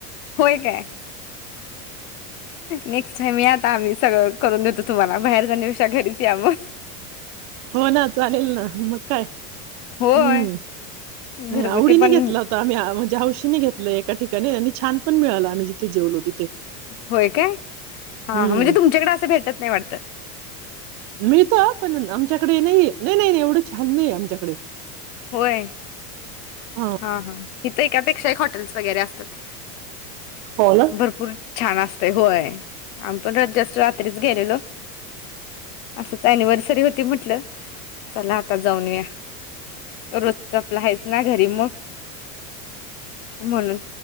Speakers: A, on the left; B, on the right.
A: होय काय! नेक्स्ट टाइम यात! आम्ही सगळं करून देतो तुम्हाला बाहेर जाण्यापेक्षा घरीच या म!
B: हो ना चालेल ना मग काय
A: होय
B: हम्म
A: घरगुती
B: आवडीने
A: पण
B: घेतला होता आम्ही म्हणजे हौशीने घेतलं एका ठिकाणी आणि छान पण मिळाला आम्ही जी त जेवलो ती
A: होय काय हा
B: हम्म
A: म्हणजे तुमच्याकडे असं भेटत नाही वाटत त
B: मिळतं पण आमच्याकडे नाही नाही नाही नाही एवढंच छान नाही आमच्याकडे
A: होय
B: हां.
A: हा हा इथ एकापेक्षा एक हॉटेल्स वगैरे असतात
B: हो ना
A: भरपूर छान असतय होय आम् पण जस्ट रात्रीच गेलेलो असंच अनिव्हर्सरी होती म्हटलं चला आता जाऊन या रोज तर आपला हच ना घरी मग हो म्हणून